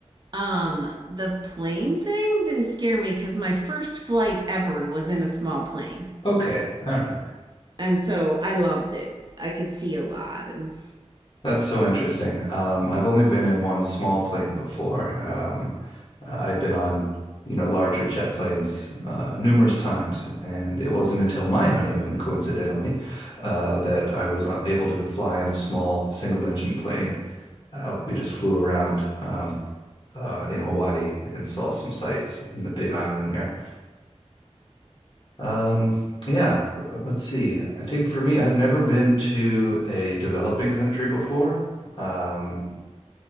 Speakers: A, on the right; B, on the left.
A: Um, the plane thing didn't scare me because my first flight ever was in a small plane.
B: Okay. All right.
A: And so I loved it. I could see a lot and
B: That's so interesting. Um, I've only been in one small plane before. Um, uh, I've been on, you know, larger jet planes uh, numerous times, and it wasn't until my honeymoon, coincidentally, uh, that I was uh, able to fly in a small single-engine plane. Uh, we just flew around um, uh, in Hawaii and saw some sights in the Big Island there. Um, yeah, let's see. I think for me, I've never been to a developing country before. Um,